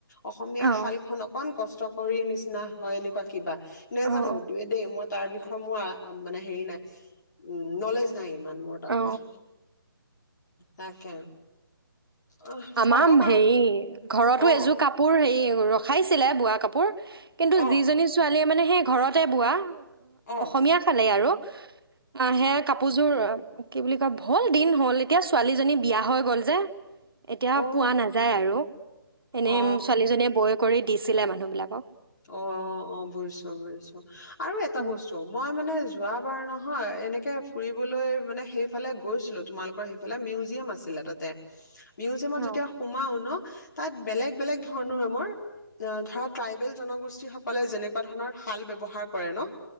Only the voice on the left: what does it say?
অসমীয়া
শালখন অকন কষ্ট ৰিৰ নিচিনা হয় এনেকুৱা কিবা। নেজানো
দে দেই মই তাৰ বিষয়ে মোৰ আ মানে হেৰি নাই উ নলেজ নাই ইমান ম'হ তামানে,
তাকে। অ
হ'ব বাৰু
অ
অ
অ
অ
অ
অ', অ', অ', বুজিছোঁ, বুজিছোঁ। আৰু এটা
বস্তু, মই মানে যো যোৱাবাৰ নহয় এনেকে ফুৰিবলৈ মানে সেইফালে গৈছিলো তোমালোকৰ সেইফালে, মিউজিয়াম আছিলে তাতে। মিউজিয়ামত
যেতিয়া সোমাও ন তাত বেলেগ বেলেগ ধৰণৰ আমৰ ধৰা ট্ৰাইবেল জনগোষ্ঠীসকলে যেনেকুৱা ধৰণৰ শাল ব্যৱহাৰ কৰে ন?